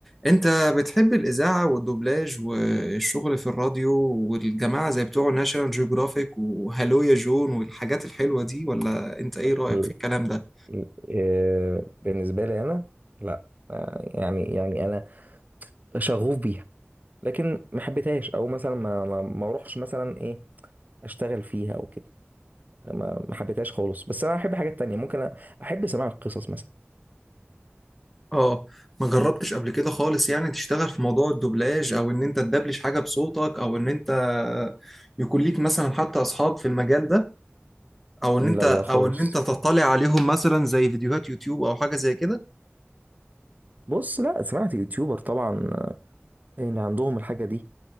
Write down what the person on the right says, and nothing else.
ال-
ال- آه، بالنسبة لي أنا لا آه، يعني يعني أنا شغوف بيها لكن ما حبيتهاش أو مثلا ما ما ما أروحش مثلا إيه أشتغل فيها أو كده ما ما حبيتهاش خالص بس أنا أحب حاجات تانية ممكن أ- أحب سماع القصص مثلا
لا
لا خالص
بص لا سمعت يوتيوبر طبعا آه، إن عندهم الحاجة دي